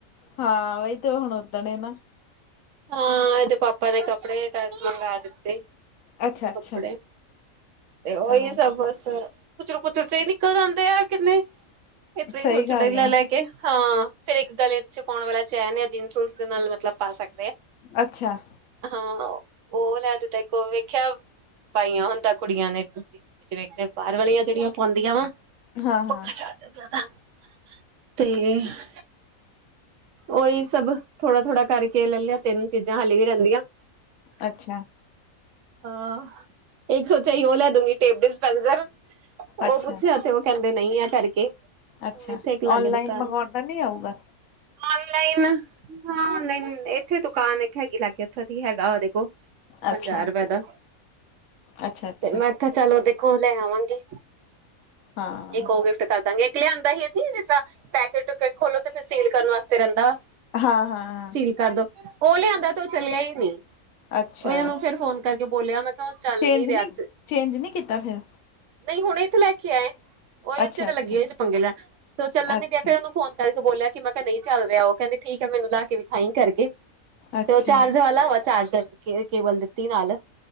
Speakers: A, on the left (about 75°); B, on the right (about 65°).
A: ਹਾਂ ਉਹੀ ਤੇ ਹੁਣ ਉਦਣੇ ਨਾ
B: ਹਾਂ ਇਹ ਦੇ ਪਾਪਾ ਨੇ ਕਪੜੇ ਕਰ ਮੰਗਾ ਦਿੱਤੇ
A: ਅੱਛਾ-ਅੱਛਾ
B: ਕੱਪੜੇ ਤੇ ਉਹੀ
A: ਹਾਂ,
B: ਸਭ ਬੱਸ ਕੁਚਰ ਕੁਚਰ ਚ ਹੀ ਨਿਕਲ ਜਾਂਦੇ ਆ ਕਿੰਨੇ <unintelligible> ਛੋਟੇ
A: ਸਹੀ ਗੱਲ
B: ਹੀ ਲੈ
A: ਆ।
B: ਲੈ ਹਾਂ ਫੇਰ ਇੱਕ ਗਲੇ ਚ ਪਾਉਣ ਵਾਲਾ ਚੈਨ ਇਨ ਨੂੰ ਜੀਨਸ ਦੇ ਨਾਲ ਮਤਲਬ ਪਾ ਸਕਦਾ
A: ਅੱਛਾ
B: ਹਾਂ ਉਹ ਲੈ ਤੇਰੇ ਕੋ ਵੇਖਿਆ ਪਾਈਆਂ ਹੁੰਦਾ ਕੁੜੀਆਂ ਨੇ ਟੀ ਵਿੱਚ ਵੇਖਦੇ ਬਾਹਰ ਵਾਲੀਆਂ ਜਿਹੜੀਆਂ ਪਾਉਂਦੀਆਂ ਵਾ
A: ਹਾਂ-ਹਾਂ,
B: ਪੱਕਾ <unintelligible> ਉਹੀ ਸਭ ਥੋੜਾ ਥੋੜਾ ਕਰਕੇ ਲੈ ਲਿਆ ਤਿੰਨ ਚੀਜ਼ਾਂ ਹਾਲੀ ਵੀ ਰਹਿੰਦੀਆਂ
A: ਅੱਛਾ
B: ਹਾਂ ਇੱਕ ਸੋਚਿਆ ਹੀ ਉਹ ਲੈ ਦੂੰਗੀ ਟੇਪ ਡਿਸਪੈਂਸਰ ਉਹ
A: ਅੱਛਾ।
B: ਪੁੱਛੇ ਆ ਕਹਿੰਦੇ ਨਹੀਂ ਆ ਕਰਕੇ
A: ਅੱਛਾ
B: ਹੁਣ ਇੱਥੇ ਇੱਕ ਲਾਗੇ
A: ਔਨਲਾਈਨ
B: ਦੁਕਾਨ
A: ਮੰਗਵਾਉਣਦਾ
B: ਚ
A: ਨੀ ਆਊਗਾ
B: ਔਨਲਾਈਨ ਹਾਂ ਨਹੀਂ ਇੱਥੇ ਦੁਕਾਨ ਇੱਕ ਹੈਗੀ ਲੱਗ ਗ ਉੱਥੋਂ ਦੀ ਹੈਗਾ ਉਹਦੇ ਕੋਲ ਪੰਜਾਹ
A: ਅੱਛਾ,
B: ਰੁਪਏ ਦਾ
A: ਅੱਛਾ-ਅੱਛਾ।
B: ਤੇ ਮੈਂ ਚਲੋ ਦੇਖੋ ਲੈ ਆਵਾਂਗੀ
A: ਹਾਂ,
B: ਦੇੋਗੇ ਕਰ ਦਾਂਗੇ ਇਕ ਲਿਆਂਦਾ ਹੀ ਜ ਪੈਕੇਟ ਟੂਕੇਟ ਖੋਲੋ ਤੇ ਫਿਰ ਸੀਲ ਕਰਨ ਵਸਤੇ ਰਹਿੰਦਾ
A: ਹਾਂ ਹਾਂ ਹਾਂ
B: ਕੀ ਕਰਦੋ ਉਹ ਲਿਆਂਦਾ ਤੇ ਉਹ ਚਲਿਆ ਹੀ ਨੀ
A: ਅੱਛਾ
B: ਉਹਨੂੰ ਫੇਿਰ ਫੋਨ ਕਰਕੇ ਬੋਲਿਆ ਮੈਂ ਚੱਲ
A: ਚੇਂਜ
B: ਨ ਰਿਹਾਥ
A: ਨੀ
B: ਨਹੀਂ
A: ਚੇਂਜ ਨੀ ਕੀਤਾ ਫਿਰ,
B: ਹੁਣੇ ਇੱਥੇ ਲੈ ਕੇ ਆਏ ਹੀ
A: ਅੱਛਾ-ਅੱਛਾ,
B: ਉਚੇ ਤਾਂ ਲੱਗੀ ਹੋਈ ਸੀ ਪੰੰਗੇ ਲੈ ਤੇ ਉਹ ਚੱਲਣ
A: ਅੱਛਾ,
B: ਨ ਪਿਆ ਫੇਰ ਉਹਨੂੰ ਫੋਨ ਤ ਬੋਲਿਆ ਕਿ ਮੈਂ ਕਿਹਾ ਨਹੀਂ ਚੱਲ ਰਿਹਾ ਉਹ ਕਹਿੰਦੇ ਠੀਕ ਹੈ ਮੈਨੂੰ ਲਾ ਕੇ ਵੀ ਥਾਈ ਕਰਕੇ
A: ਅੱਛਾ, ਅੱਛਾ।
B: ਤੇ ਉਹ ਚਾਰਜ ਵਾਲਾ ਵਾ ਚਾਰਜਰ ਕੇ ਕੇਬਲ ਦਿੱਤੀ ਨਾਲ